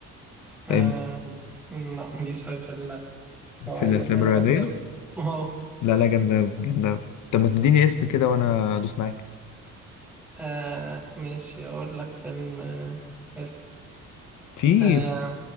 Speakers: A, in the centre; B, on the left.
A: آه
B: فاهم
A: مم، لا ماليش أوي في نوعية
B: في الافلام
A: دي من
B: الرياضيه
A: الأفلام أهو
B: لا لا جامده قوي جامده قوي طب ما تديني اسم كده وانا ادوس معاك
A: آه ماشي أقول لك فيلم آه حلو
B: في
A: آه